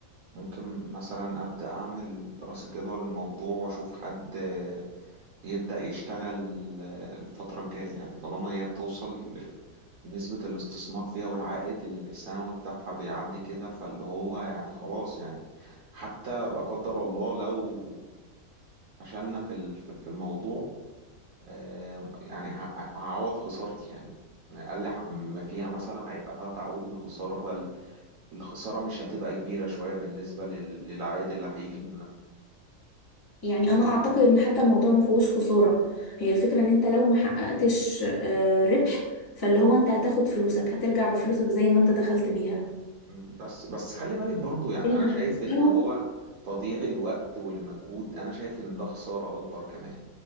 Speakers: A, on the right (about 70°); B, on the left (about 25°).
A: ممكن مثلا ابدا اعمل دراسة جدوى للموضوع واشوف حد يبدأ يشتغل آه، الفترة الجاية يعني طالما هي بتوصل ل- نسبة الاستثمار فيها والعائد السنوي بتاعها بيعدي كده فاللي هو يعني خلاص يعني حتى لا قدر الله لو فشلنا في ال- في في الموضوع آه، يعني ه- هعوض خسارتي يعني أقل ح- ما فيها مثلا هيبقى فيها تعويض للخسارة فالخسارة مش هتبقى كبيرة شوية بالنسبة لل- للعائد اللي هيجي منها
B: يعني انا اعتقد ان حتى الموضوع ما فيهوش خساره هي الفكره ان انت لو ما حققتش آه، ربح فاللي هو انت هتاخد فلوسك هترجع بفلوسك زي ما انت دخلت بيها
A: بس بس خلي بالك برضو يعني
B: اللي
A: انا شايف
B: هتخسره
A: ان هو تضييع الوقت والمجهود انا شايف ان ده خسارة اكبر كمان